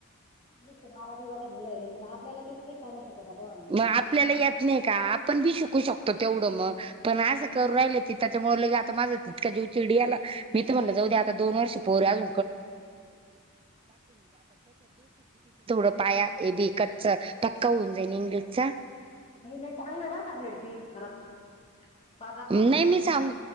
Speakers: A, on the left; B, on the right.
A: <inaudible> ्
B: मग आपल्याला यात नाही का आपण बी शिकू शकतो तेवढं मग पण असं करू राहिले त त्याच्यामुळे लगे आता माझं तितका जेव चिडी आला मी तर म्हणलं जाऊ द्या आता दोन वर्षे पोरे अज <inaudible> पाया ए बी कच्च क्क होऊन जाईन इंग्लिशचा
A: नाहीला चांगलंय बर का झेडपी खरंच बाजार
B: नाही
A: सांगीच.
B: मी सांग